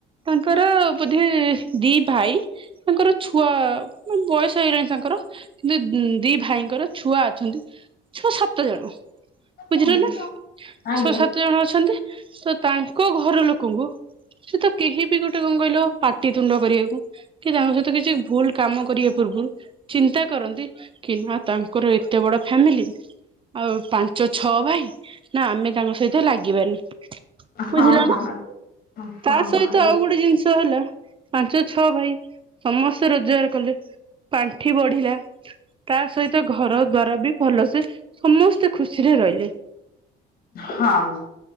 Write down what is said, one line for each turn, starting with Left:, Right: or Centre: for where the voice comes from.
Right: ତାଙ୍କର ବୋଧେ-। ଦି ଭାଇ। ତାଙ୍କର ଛୁଆ ବୟସ ହେଇଗଲାଣି ତାଙ୍କର କିନ୍ତୁ ଦି ଭାଇଙ୍କର ଛୁଆ ଅ ଛନ୍ତି ଛ ସାତ ଜଣ ବୁଝିିଲ
Left: ହୁଁ
Right: ନା
Left: ଆଜ୍ଞା
Right: ଛଅ ସାତ ଜଣ ଅଛନ୍ତି। ତ ତାଙ୍କ ଘର ଲୋକଙ୍କୁ ସେ ତ କେହି ବି ଗୋଟେ କଁଇଲ ପାଟି। ତୁଣ୍ଡ କରିଆକୁ କି ତାଙ୍କ ସହିତ କିଛି ଭୁଲ କାମ କରିଆ ପୂର୍ବରୁ। ଚିନ୍ତା କରନ୍ତି କି ନା ତାଙ୍କର ଏତେ ବଡ ଫ୍ୟାମିଲି। ଆଉ ପାଞ୍ଚ ଛଅ ଭାଇ ନା ଆମେ ତାଙ୍କ ସହିତ ଲାଗିବାନି।
Left: ହଁ
Right: ବୁଝିଲ
Left: ହଁ
Right: ନା
Left: ହଁ ହଁ
Right: ତା ସହିତ
Left: ହଁ ବୁଝ
Right: ଆଉ ଗୋଟେ ଜିନ୍ଷ ହେଲା। ପାଞ୍ଚ ଛଅ ଭାଇ ସମସ୍ତେ ରୋଜଗାର କଲେ ପାଣ୍ଠି ବଢିଲା। ତା ସହିତ ଘର ଦ୍ଵାର ବି ଭଲସେ ସମସ୍ତେ ଖୁସିରେ ରହିଲେ।
Left: ହଁ